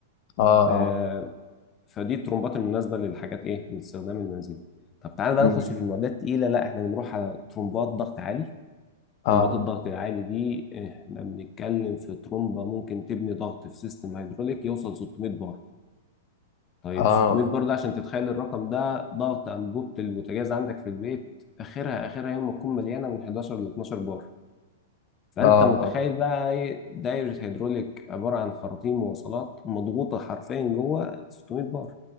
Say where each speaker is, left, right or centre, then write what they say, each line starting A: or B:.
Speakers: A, on the left; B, on the left.
A: اه اه
B: آه، فدي الترمبات المناسبة للحاجات إيه للاستخدام المنزلي طب تعالى بقى
A: امم
B: نخش في المعدات التقيلة لا إحنا بنروح على ترمبات ضغط عالي ترمبات
A: اه
B: الضغط العالي دي احنا بنتكلم في ترمبة ممكن تبني ضغط في سيستم هيدروليك يوصل 600 بار طيب
A: اه
B: 600 بار ده عشان تتخيل الرقم ده ضغط أنبوبة البوتاجاز عندك في البيت آخرها آخرها يوم ما تكون مليانة من 11 ل 12 بار فأنت
A: اه
B: متخيل
A: اه
B: بقى إيه دايرة هيدروليك عبارة عن خراطيم مواصلات مضغوطة حرفيا جوه 600 بار